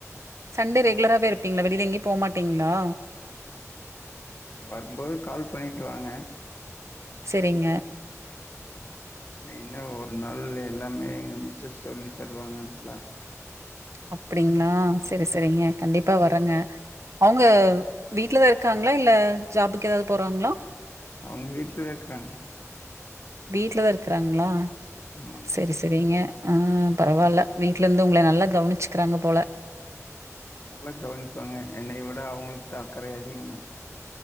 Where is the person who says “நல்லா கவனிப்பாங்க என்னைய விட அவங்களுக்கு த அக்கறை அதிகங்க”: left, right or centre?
Left